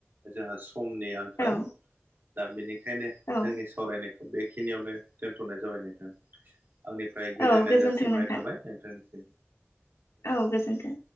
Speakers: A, on the right; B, on the left.
A: जोंहा समनि आंखाल
B: फैबाय औ
A: दा बेनिखायनो
B: औ
A: जोंनि सावरायनायखौ बेखिनियावनो दोनथ'नाय जाबाय नोंथां। आंनिफ्राय गोजोननाय
B: औ गोजोन्थों
A: जासिहरनाय
B: नोंथां
A: थाबाय। नोंथांनिसिम।
B: औ गोजोन्थों।